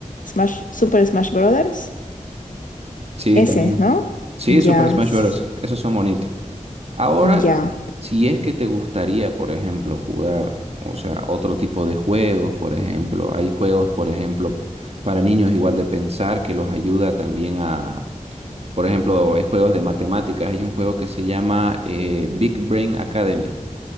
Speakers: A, on the left; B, on the right.
A: Smash, Super Smash Brothers.
B: Sí,
A: Ese,
B: también.
A: ¿no?
B: Sí,
A: Ya,
B: Super Smash
A: s-
B: Bros. Esos son bonitos. Ahora,
A: ya,
B: si es que te gustaría, por ejemplo, jugar, o sea, otro tipo de juegos, por ejemplo, hay juegos, por ejemplo, para niños igual de pensar que los ayuda también a, por ejemplo, hay juegos de matemáticas, hay un juego que se llama eh, Big Brain Academy,